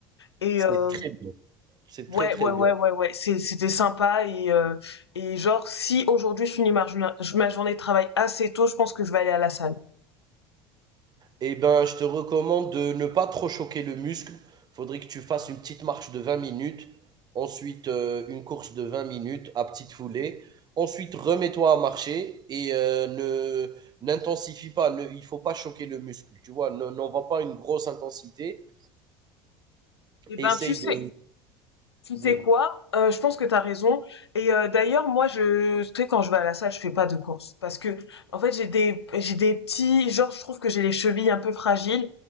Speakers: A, on the left; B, on the right.
A: et
B: C'est
A: euh,
B: très bien. C'est
A: Ouais,
B: très, très
A: ouais,
B: bien.
A: ouais, ouais, ouais. C'est- C'était sympa et euh, et genre si aujourd'hui je finis ma, journa- ma journée de travail assez tôt, je pense que je vais aller à la salle.
B: Eh ben, je te recommande de ne pas trop choquer le muscle. Faudrait que tu fasses une petite marche de 20 minutes. Ensuite, euh, une course de 20 minutes à petite foulée. Ensuite, remets-toi à marcher et euh, ne n'intensifie pas. Ne, il faut pas choquer le muscle. Tu vois, ne- n'envoie pas une grosse intensité.
A: Eh ben,
B: Essaye
A: tu sais.
B: de.
A: Tu
B: Oui,
A: sais quoi? Euh, je pense que t'as raison. Et euh, d'ailleurs, moi, je, tu sais, quand je vais à la salle, je fais pas de course parce que, en fait, j'ai des, j'ai des petits, genre, je trouve que j'ai les chevilles un peu fragiles.